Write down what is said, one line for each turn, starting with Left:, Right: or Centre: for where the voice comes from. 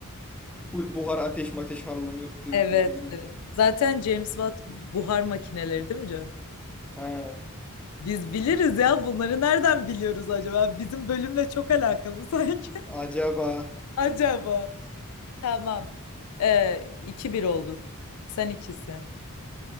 Centre: Full buhar ateş mateş harlanıyordu
Left: Evet,
Centre: bunlar yürürken.
Left: evet. Zaten James Watt buhar makineleri değil mi canım?
Centre: Ha,
Left: Biz biliriz ya bunları nereden biliyoruz acaba? Bizim bölümle çok alakalı sanki.
Centre: acaba
Left: <laughs> Acaba. Tamam. Ee, 2-1 olduk. Sen ikisin.